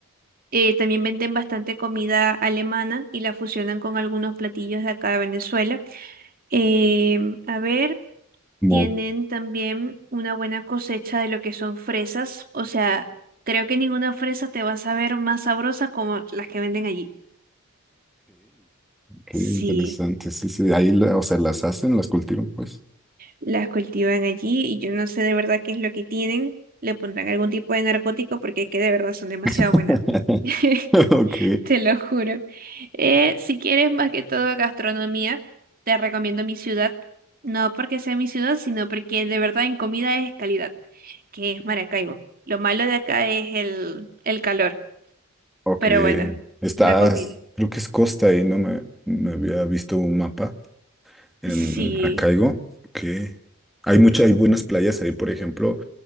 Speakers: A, on the right; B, in the centre.
A: Eh, también venden bastante comida alemana y la fusionan con algunos platillos de acá de Venezuela. Em, a ver.
B: Como,
A: Tienen
B: ok,
A: también una buena cosecha de lo que son fresas. O sea, creo que ninguna fresa te va a saber más sabrosa como las que venden allí.
B: qué
A: Sí,
B: interesante. Sí, sí, ahí, la- o sea, las hacen, las cultivan, pues.
A: las cultivan allí y yo no sé de verdad qué es lo que tienen. Le pondrán algún tipo de narcótico porque es que de verdad son demasiado
B: <laughs>
A: buenas. <laughs>
B: Ok,
A: Te lo juro. Eh, si quieres más que todo gastronomía, te recomiendo mi ciudad. No porque sea mi ciudad, sino porque de verdad en comida es calidad, que es Maracaibo. Lo malo de acá es el, el calor,
B: ok.
A: pero bueno,
B: Estás,
A: la comida.
B: creo que es costa ahí, no me, me había visto un mapa en
A: Sí.
B: Maracaibo. Ok. Hay muchas, hay buenas playas ahí, por ejemplo.